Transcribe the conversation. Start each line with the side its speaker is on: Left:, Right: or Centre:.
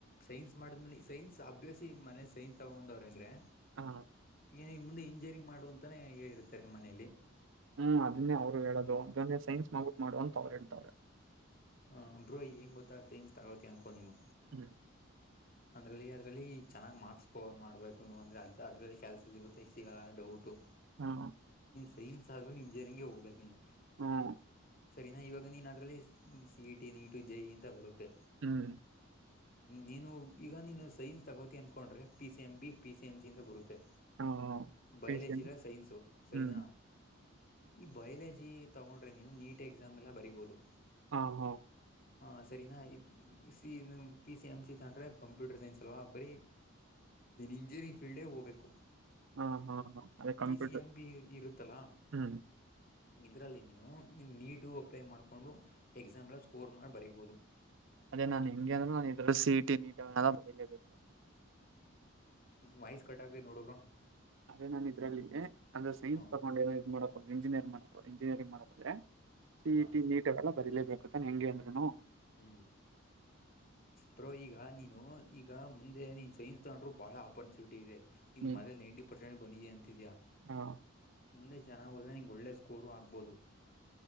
Left: ಸೈನ್ಸ್ ಮಾಡಿದ್ಮೇಲೆ ಸೈನ್ಸ್ ಅಭ್ಯಾಸಿ ಮ ಸೈನ್ಸ್ ತಗೊಂಡ್ವ್ರ ಅಂದ್ರೆ
Right: ಹಾ
Left: ಏನ ಈ ಮುಂದೆ ಇಂಜಿನಿಯರಿಂಗ್ ಮಾಡುವ ಅಂತಾನೆ ಹೇಳಿರ್ತಾರೆ ಮನೆಯಲ್ಲಿ
Right: ಹ್ಮ್ ಅದನ್ನೇ ಅವ್ರು ಹೇಳದು ಅದನ್ನೇ ಸೈನ್ಸ್ ಮಾಡಬಿಟ್ಟು ಮಾಡು ಅಂತ ಅವ್ರು ಹೇಳ್ತವಾರೆ
Left: ಹ ಬ್ರೋ ಏನ್ ಗೊತ್ತಾ ಸೈನ್ಸ್ ತಗೋತಿಯಾ ಅನ್ಕೊ ನೀನು
Right: ಹ್ಮ್
Left: ಅಂದ್ರಲ್ಲಿ ಅದ್ರಲ್ಲಿ ಚೆನ್ನಾಗ್ ಮಾರ್ಕ್ಸ್ ಸ್ಕೋವರ್ ಮಾಡ್ಬೇಕು ಅಂದ್ರೆ ಅ ಅದ್ರಲ್ಲಿ ಕೆಲ್ಸ ಸಿಗುತ್ತೆ ಸಿಗಲ್ಲ ಡೌಟು
Right: ಹಾ
Left: ಸೈಮ್ ಆದ ಇಂಜಿನಿಯಂಗಗೆ ಹೋಗಬೇಕ ನೀವು
Right: ಹ್ಮ್
Left: ಸರಿನಾ ಇವಾಗ ನೀನ್ ಅದ್ರಲ್ಲಿ C E T NEET J E ಎಂತ ಬರುತ್ತೆ
Right: ಹ್ಮ್
Left: ನೀನು ಈಗ ನೀನು ಸೈನ್ಸ್ ತಗೋತಿ ಅನ್ಕೊಂಡ್ರೆ P C M B P C M C ಅಂತ ಬರುತ್ತೆ
Right: ಹಾ
Left: ಬಯಾಲಜಿರ
Right: ಪಿ ಸಿ ಎಂ
Left: ಸೈನ್ಸು ಸರಿನಾ
Right: ಹ್ಮ್
Left: ಈ ಬಯಾಲಜಿ ತಗೊಂಡ್ರೆ ನೀವು ನೀಟ್ ಎಕ್ಸಾಮ್ ಎಲ್ಲ ಬರಿಬೋುದು
Right: ಹಾ ಹಾ
Left: ಹಾ ಸರಿನಾ C P C M C ತಂಡ್ರೆ ಕಂಪ್ಯೂಟರ್ ಸೈನ್ಸ್ ಅಲ್ವಾ ಬರೀನ್ ಇಂಜಿನಿಯರಿಂಗ್ ಫೀಲ್ಡ ಗೆ ಹೋಗ್ಬೇಕು
Right: ಹಾ ಹಾ ಹಾ ಅದೇ
Left: P
Right: computer
Left: C M B ಇರುತ್ತಲಾ
Right: ಹ್ಮ್
Left: ಇದ್ರಲ್ಲಿ ನೀನು ನೀಟ ಅಪ್ಲೈ ಮಾಡ್ಕೊಂಡು ಎಕ್ಸಾಮ್ ಎಲ್ಲಾ ಸ್ಕೋರ್ ಮಾಡಿ ಬರಿಬಹುದು
Right: ಅದೇ ನಾನ ಹೆಂಗೆ ಅಂದ್ರು ನಾನು ಇದರ ಸಿಇಟಿ ನೀಟ ಎಲ್ಲಾ ಬರಿಲೇಬೇಕು
Left: ವಯಸ್ ಕಟ್ಟ ಆಗ್ತೀತೆ ನೋಡೂ ಬ್ರೋ
Right: ಅದೇ ನನ್ ಇದಲ್ಲಿ ಅಂದ್ರೆ ಸೈನ್
Left: ಹ್ಮ್
Right: ತಗೊಂಡು ಇದ್ ಮಾಡಬಹುದು ಇಂಜಿನಿಯರ್ ಮಾಡಹುದು ಇಂಜಿನಿಯಂಗ ಮಾಡಬಹುದು ಅದ ಸಿಇಟಿ
Left: ಹಾ
Right: ನೀಟ್ ಅವೆಲ್ಲಾ ಬರೀಲೇಬೇಕು ತಾನ ಹೆಂಗೆ ಅಂದ್ರುನು
Left: ಹ್ಮ್ ಬ್ರೋ ಈಗ ನೀನು ಈಗ ಮುಂದೆ ನೀನು ಸೈನ್ಸ್ ತಗಂಡ್ರು ಭಾಳ ಆಪರ್ಚುನಿಟಿ ಇದೆ ನಿನು
Right: ಹ್ಮ್
Left: ಮನೇಲಿ ನೈಂಟಿ ಪರ್ಸೆಂಟ್ ಬಂದಿದಿಯ ಅಂತಿದಿಯಾ
Right: ಹಾ
Left: ಮುಂದೆ ಜನ ಹೋದ್ರೆ ನಿಂಗೆ ಒಳ್ಳೆ ಸ್ಕೋರು ಆಗ್ಬೋದು